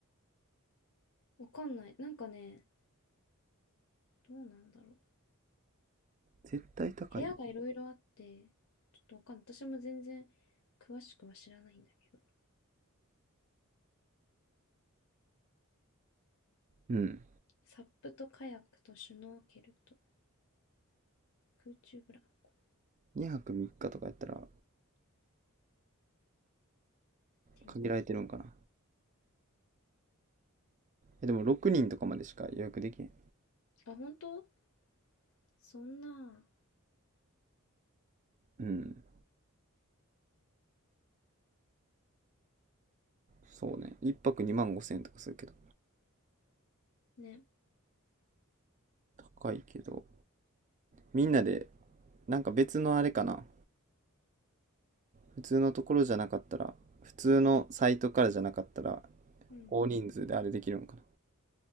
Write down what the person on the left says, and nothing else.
わかんない。なんかね、どうなんだろう。
部屋がいろいろあって、ちょっとわかんない。私も全然詳しくは知らないんだけど。
サップとカヤックとシュノーケルと空中ブランコ、
テニス。
あ、本当そんな、
ね、
うん。